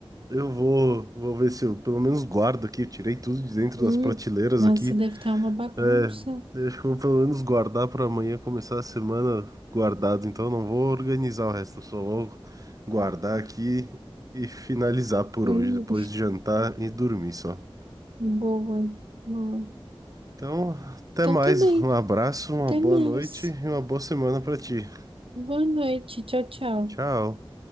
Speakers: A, on the right; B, on the right.
A: eu vou, vou ver se eu pelo menos guardo aqui. Eu tirei tudo de dentro
B: Hum,
A: das prateleiras
B: nossa,
A: aqui.
B: deve estar uma bagunça.
A: É, eu acho que eu vou pelo menos guardar pra amanhã começar a semana guardado. Então eu não vou organizar o resto, eu só vou guardar aqui e finalizar por
B: Hum,
A: hoje, depois de jantar e dormir só.
B: <laughs> boa, boa.
A: Então, até
B: Então
A: mais.
B: tá bem.
A: Um abraço, uma
B: Até
A: boa
B: mais.
A: noite e uma boa semana pra ti.
B: Boa noite. Tchau, tchau.
A: Tchau.